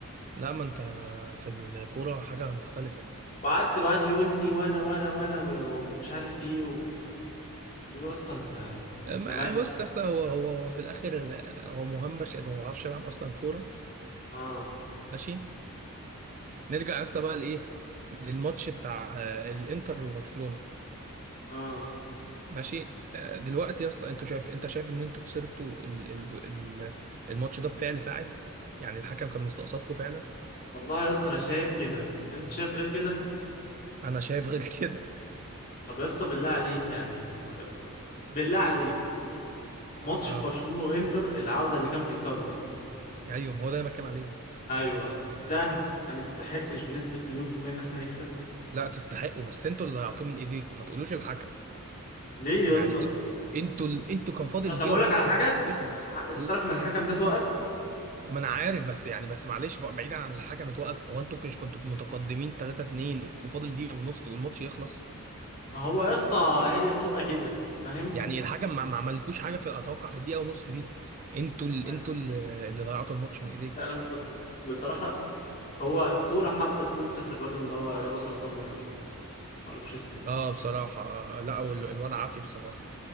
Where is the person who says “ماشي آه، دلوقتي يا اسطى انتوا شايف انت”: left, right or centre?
Right